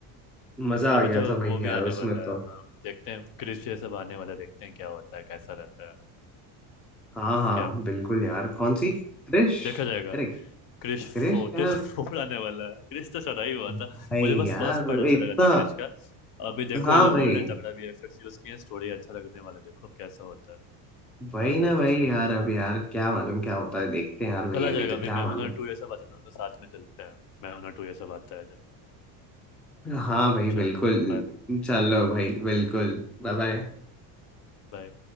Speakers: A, in the centre; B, on the left.
A: मजा
B: अभी
A: आ गया
B: तो
A: था
B: अब
A: भाई
B: वो
A: यार
B: भी आने
A: उसमें
B: वाला
A: तो
B: है हाँ देखते हैं क्रिश ये सब आने वाला है, देखते हैं क्या होता है कैसा रहता है
A: हाँ हाँ
B: क्या
A: बिल्कुल यार कौन सी क्रिश
B: देखा जाएगा
A: अरे
B: क्रिश
A: क्रिश
B: फोर
A: यार
B: क्रिश फोर आने वाला है क्रिश तो चला ही हुआ
A: भाई
B: था मुझे बस
A: यार
B: फर्स्ट पार्ट अच्छा
A: इतना
B: लगा था क्रिश का अभी देखो
A: हाँ
B: ये लोग
A: भाई
B: बोल रहे हैं तगड़ा वीएफएक्स यूज किए स्टोरी अच्छा लगने वाला है, देखो अब कैसा होता है
A: वही
B: बाद
A: ना
B: में पता
A: भाई
B: चलेगा
A: यार अब यार क्या मालूम क्या होता है देखते हैं यार भाई
B: चला जाएगा
A: अभी तो
B: अभी
A: क्या
B: मैं
A: मालूम
B: हुनर टू ये सब आता है ना तो साथ में चलते हैं मैं हुनर टू ये सब आता है जब
A: हाँ भाई बिल्कुल
B: चलो बाय
A: चलो भाई बिल्कुल बाय बाय
B: बाय